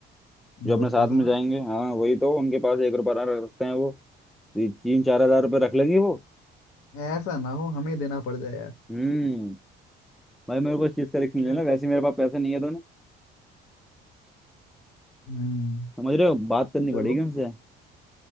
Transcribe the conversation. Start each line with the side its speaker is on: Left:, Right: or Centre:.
Centre: जो
Left: दोस्तों
Centre: अपने साथ
Left: से
Centre: में
Left: ना
Centre: जाएंगे हाँ वही तो उनके पास एक रुपया रखते हैं वो तीन चार हजार रुपये रख लेंगे वो
Left: ऐसा ना हो हमें देना पड़ जाए यार
Centre: हम्म भाई मेरे को इस चीज का रिस्क नहीं
Left: यार
Centre: लेना वैसे ही मेरे पास पैसे नहीं है तो ना
Left: हम्म
Centre: समझ रहे हो बात करनी
Left: चलो
Centre: पड़ेगी उनसे